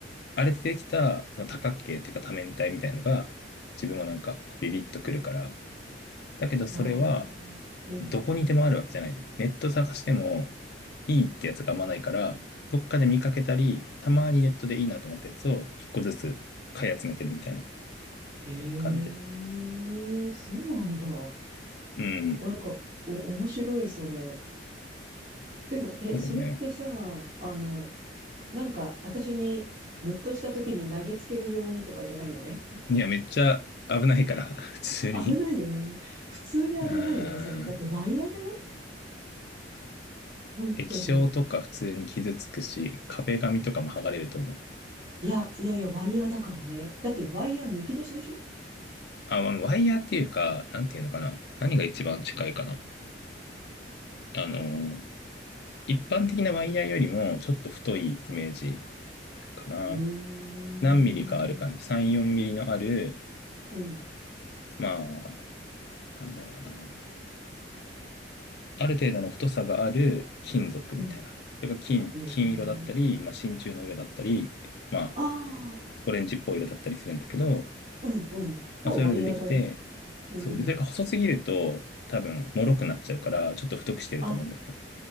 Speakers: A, on the left; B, on the right.
A: あれでできた、その多角形っていうか多面体みたいのが、自分はなんかこうビビッとくるから、だけどそれは、
B: ああ、うん。
A: どこにでもあるわけじゃないのよ。ネット探してもいいってやつがあんまないから、どっかで見かけたり、たまにネットでいいなと思ったやつを一個ずつ買い集めてるみたいな
B: え
A: 感じ。
B: えそうなんだ。
A: うん。
B: なんか、お、面白い、それ。でも、え、
A: そうね。
B: それってさ、あの、なんか、私に、ムッとした時に投げつけるようにとかじゃないよね。
A: いや、めっちゃ危ないから、<laughs> 普通に。
B: <laughs> 危ないよね。普通に危ないよね、
A: うん。
B: それ。だってワイヤーだよ本当に。
A: 液晶とか普通に傷つくし、壁紙とかも剥がれると思う。
B: いや、いやいや、ワイヤーだからね。だってワイヤー剥き出しでしょ
A: あ、まあワイヤーっていうか、なんていうのかな。何が一番近いかな。あのー、一般的なワイヤーよりもちょっと太いイメージかな。
B: うーん。
A: 何ミリかある感じ。3、4ミリのある、
B: うん。
A: まあ、なんだろうな。ある程度の太さがある金属みたいな。
B: うん。
A: それが金、
B: へえ。
A: 金色だったり、まあ、真鍮の色だったり、まあ、
B: ああ。
A: オレンジっぽい色だったりするんだけど、
B: うん。うん。
A: まあ、
B: まあ、
A: そういうのでできて、
B: ワイヤーだね。うん。
A: そう。で、それが細すぎると、多分、脆くなっちゃうから、ちょっと太くしてると思うんだよね。
B: あ、